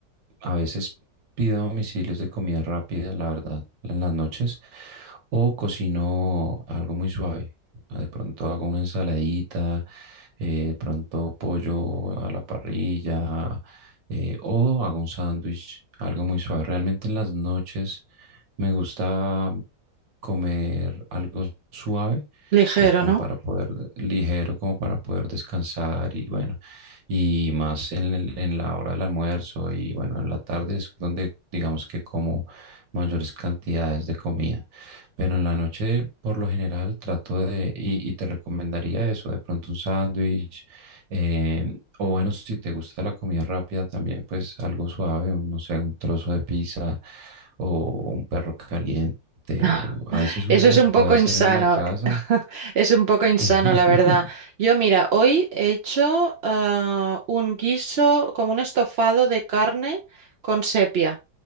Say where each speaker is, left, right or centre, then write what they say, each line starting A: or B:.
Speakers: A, on the right (about 75°); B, on the right (about 60°).
A: a veces pido domicilios de comida rápida, la verdad, en las noches, o cocino algo muy suave. De pronto hago una ensaladita, eh, de pronto pollo a la parrilla, eh, o hago un sándwich, algo muy suave. Realmente en las noches me gusta comer algo suave
B: Ligero,
A: pues como
B: ¿no?
A: para poder, ligero, como para poder descansar y bueno, y más en, el- en la hora del almuerzo y bueno, en la tarde es donde digamos que como mayores cantidades de comida, pero en la noche por lo general trato de, y, y te recomendaría eso, de pronto un sándwich, eh, o bueno, si te gusta la comida rápida también, pues algo suave, un, no sé, un trozo de pizza o un perro caliente.
B: <laughs>
A: O a veces
B: Eso
A: uno los
B: es un
A: puede
B: poco
A: hacer
B: insano,
A: en la casa,
B: <laughs> es un poco insano,
A: <laughs>
B: la verdad. Yo, mira, hoy he hecho ah, un guiso como un estofado de carne con sepia,